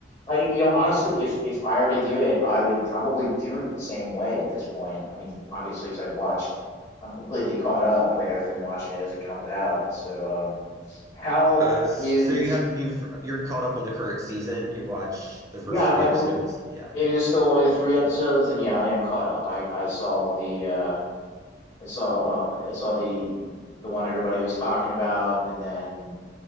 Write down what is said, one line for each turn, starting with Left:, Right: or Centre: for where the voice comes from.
Left: I, you know, honestly, if if I were to do it, I would probably do it the same way at this point. I mean, obviously, because I've watched, I'm completely caught up. Like I've been watching it as it comes out. So, um, how
Right: Uh, s-
Left: is?
Right: so you have you've you're caught up on the current season. You've watched the
Left: Yeah,
Right: first three
Left: I bel
Right: episodes. Yeah.
Left: it is still only the three episodes, and yeah, I am caught up. I I saw the uh, I saw uh, I saw the the one everybody was talking about, and then.